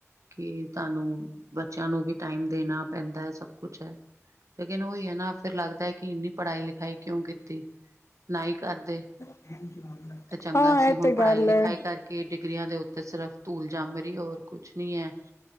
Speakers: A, on the right; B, on the left.
A: ਕੀ ਤਾਨੂੰ ਬੱਚਿਆਂ ਨੂੰ ਵੀ ਟਾਈਮ ਦੇਣਾ ਪੈਂਦਾ ਹੈ ਸਭ ਕੁਛ ਹੈ। ਲੇਕਿਨ ਉਹੀ ਹੈ ਨਾ ਫਿਰ ਲੱਗਦਾ ਕਿ ਇੰਨੀ ਪੜ੍ਹਾਈ ਲਿਖਾਈ ਕਿਉਂ ਕੀਤੀ ਨਾ ਹੀ ਕਰਦੇ
B: <inaudible>
A: ਤੇ ਚੰਗਾ ਸੀ
B: ਇਹ
A: ਹੁਣ
B: ਤੇ
A: ਪੜ੍ਹਾਈ
B: ਗੱਲ
A: ਲਿਖਾਈ
B: ਹੈ
A: ਕਰਕੇ ਕਿ ਡਿਗਰੀਆਂ ਦੇ ਉੱਤੇ ਸਿਰਫ਼ ਧੂਲ ਜੰ ਮ ਰਹੀ ਹੋਰ ਕੁਛ ਨੀ ਹੈ